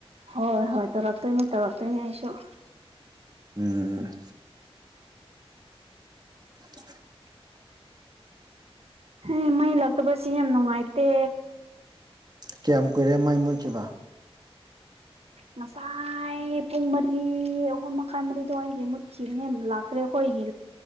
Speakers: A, on the right; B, on the right.
A: ꯍꯣꯏ ꯍꯣꯏ ꯇꯧꯔꯛꯇꯣꯏꯅꯤ ꯇꯧꯔꯛꯇꯣꯏꯅꯤ ꯑꯩꯁꯨ
B: ꯎꯝ <inaudible>
A: ꯑꯦ ꯃꯩ ꯂꯥꯛꯇꯕꯁꯤ ꯌꯥꯝ ꯅꯨꯡꯉꯥꯏꯇꯦ
B: ꯀꯌꯥꯝ ꯀꯨꯏꯔꯦ ꯃꯥꯏ ꯃꯨꯣꯏꯈꯤꯕꯈꯤꯕ
A: ꯉꯁꯥꯏ ꯄꯨꯡ ꯃꯔꯤ ꯑꯍꯨꯝ ꯃꯈꯥꯏ ꯃꯔꯤ ꯑꯗꯨꯋꯥꯏꯒꯤ ꯃꯨꯠꯈꯤꯕꯅꯦ ꯂꯥꯛ ꯑꯩꯈꯣꯏꯒꯤ